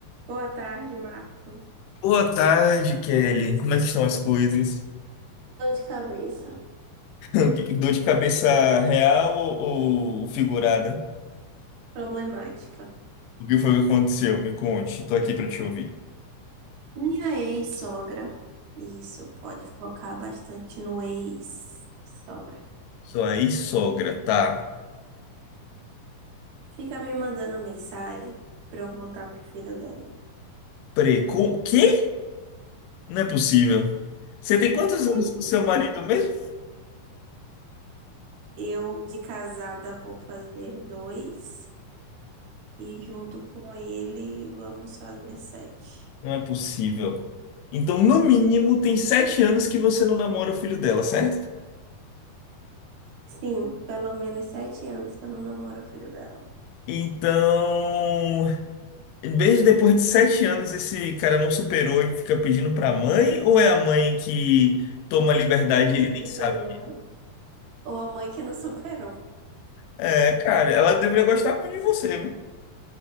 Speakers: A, on the right (about 60°); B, on the left (about 75°).
A: Boa tarde, Marcos.
B: Boa tarde, Kelly. Como é que estão as coisas?
A: Dor de cabeça.
B: <laughs> Dor de cabeça real ou, ou figurada?
A: Problemática.
B: O que foi que aconteceu? Me conte. Tô aqui pra te ouvir.
A: Minha ex-sogra. Isso, pode focar bastante no ex-sogra.
B: Sua ex-sogra tá
A: Fica me mandando mensagem pra eu voltar pro filho dela.
B: Preco? Quê? Não é possível. Você tem quantos
A: Acredito.
B: anos com seu marido mesmo?
A: Eu, de casada, vou fazer dois. E junto com ele, vamos fazer sete.
B: Não é possível. Então, no mínimo, tem sete anos que você não namora o filho dela, certo?
A: Sim, pelo menos sete anos que eu não namoro o filho dela.
B: Então, Mesmo depois de sete anos, esse cara não superou e fica pedindo pra mãe? Ou é a mãe que toma liberdade e ele nem
A: Superou,
B: sabe?
A: né? Ou a mãe que não <laughs> superou.
B: É, cara, ela deveria gostar muito de você, viu?